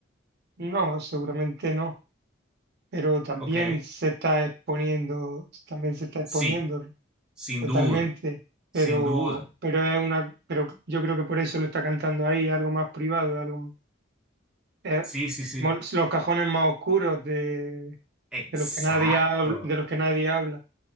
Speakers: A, on the right; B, in the centre.
A: No, seguramente no, pero también
B: Ok,
A: se está exponiendo, también se está exponiendo
B: sí, sin
A: totalmente,
B: duda, sin
A: pero,
B: duda.
A: pero es una, pero yo creo que por eso lo está cantando ahí, algo más privado, algo, eh,
B: Sí, sí, sí.
A: mol- los cajones más oscuros de,
B: Exacto.
A: de los que nadie habla, de los que nadie habla.